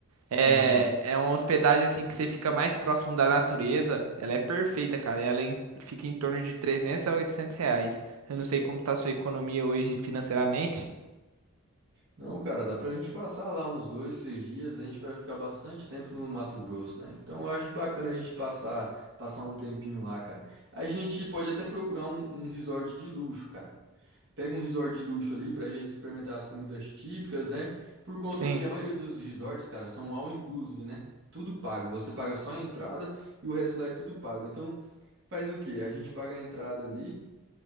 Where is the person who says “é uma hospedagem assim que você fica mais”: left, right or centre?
Right